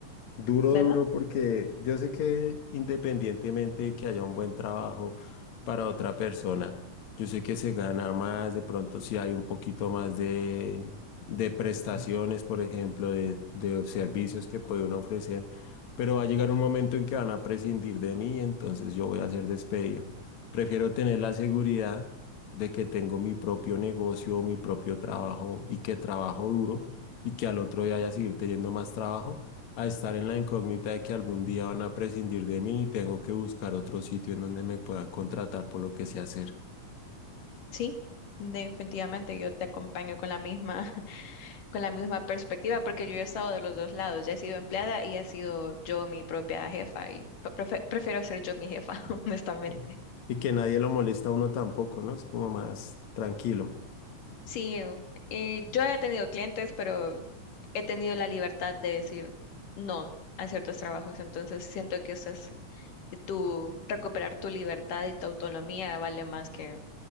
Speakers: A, on the left (about 60°); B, on the left (about 80°).
A: Duro,
B: ¿verdad?
A: duro, porque yo sé que independientemente de que haya un buen trabajo para otra persona, yo sé que se gana más, de pronto si hay un poquito más de, de prestaciones, por ejemplo, de, de servicios que puede uno ofrecer, pero va a llegar un momento en que van a prescindir de mí, entonces yo voy a ser despedido. Prefiero tener la seguridad de que tengo mi propio negocio, mi propio trabajo y que trabajo duro y que al otro día haya seguir teniendo más trabajo a estar en la incógnita de que algún día van a prescindir de mí y tengo que buscar otro sitio en donde me puedan contratar por lo que sé hacer.
B: Sí, definitivamente yo te acompaño con la misma, <laughs> con la misma perspectiva, porque yo he estado de los dos lados, ya he sido empleada y he sido yo mi propia jefa y pre- prefe- prefiero ser yo mi jefa, <laughs> honestamente.
A: Mm. Y que nadie lo molesta a uno tampoco, ¿no? Es como más tranquilo.
B: Sí, eh, yo he tenido clientes, pero he tenido la libertad de decir no a ciertos trabajos. Entonces siento que eso es eh, tu recuperar tu libertad y tu autonomía vale más que